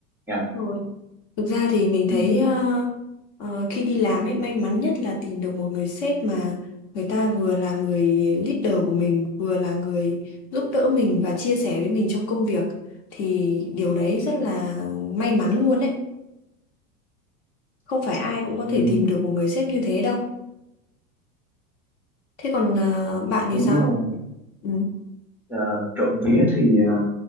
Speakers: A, in the centre; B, on the left.
A: nha
B: đúng rồi Thực ra thì mình
A: Ừ.
B: thấy ờ, ờ, khi đi làm ấy may mắn nhất là tìm được một người sếp mà người ta vừa là người leader của mình, vừa là người giúp đỡ mình và chia sẻ với mình trong công việc thì điều đấy rất là may mắn luôn ấy. Không phải ai cũng có
A: ừ,
B: thể tìm được một người sếp như thế đâu. Thế còn ờ, bạn thì
A: đúng
B: sao?
A: rồi
B: Ừ.
A: Ờ, trộm vía thì ờ,